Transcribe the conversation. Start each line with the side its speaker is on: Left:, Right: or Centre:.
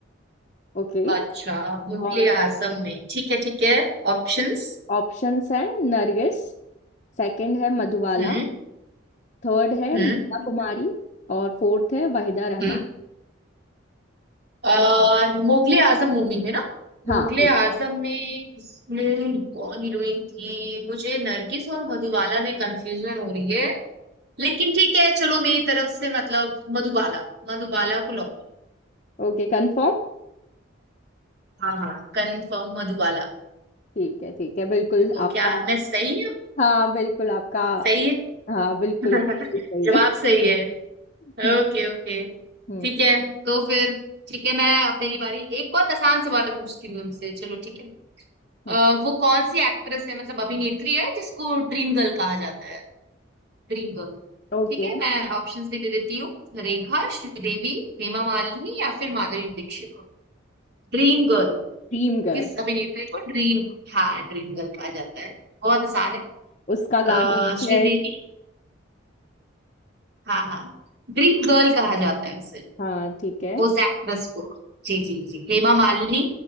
Left: ओके
Right: अच्छा मुगले
Left: और
Right: आजम में ठीक है ठीक है ऑप्शंस
Left: ऑप्शंस हैं नरगिस सेकंड है मधुबाला
Right: हम्म
Left: थर्ड है
Right: हम्म
Left: मीना कुमारी और फोर्थ है वाहिदा रहमान
Right: हम्म आ, मुगले आजम मूवी में ना
Left: हाँ
Right: मुगले आजम में इसमें कौन हीरोइन थी मुझे नरगिस और मधुबाला में कंफ्यूजन हो रही है लेकिन ठीक है चलो मेरी तरफ से मतलब मधुबाला मधुबाला को लॉक
Left: ओके कंफर्म
Right: हाँ हाँ कंफर्म मधुबाला
Left: ठीक है ठीक है बिल्कुल
Right: तो
Left: आपका
Right: क्या मैं सही हूँ
Left: हाँ बिल्कुल आपका
Right: सही है
Left: हाँ बिल्कुल
Right: <laughs>
Left: बिल्कुल सही
Right: जवाब
Left: है
Right: सही है
Left: <laughs>
Right: Okay okay
Left: हम्म
Right: ठीक है तो फिर ठीक है मैं अब मेरी बारी एक बहुत आसान सवाल पूछती हूँ उनसे चलो ठीक है
Left: हम्म
Right: अ, वो कौन सी एक्ट्रेस है मतलब अभिनेत्री है जिसको ड्रीम गर्ल कहा जाता है Dream girl
Left: ओके
Right: ठीक है मैं ऑप्शंस भी दे देती हूँ रेखा श्रीदेवी हेमा मालिनी या फिर माधुरी दीक्षित ड्रीम गर्ल
Left: ड्रीम गर्ल
Right: किस अभिनेत्री को ड्रीम हाँ ड्रीम गर्ल कहा जाता है बहुत आसान है
Left: उसका
Right: अ,
Left: गाना भी
Right: श्रीदेवी
Left: है
Right: हाँ हाँ ड्रीम गर्ल कहा जाता है उसे
Left: हाँ ठीक है
Right: उस एक्ट्रेस को जी जी जी हेमा मालिनी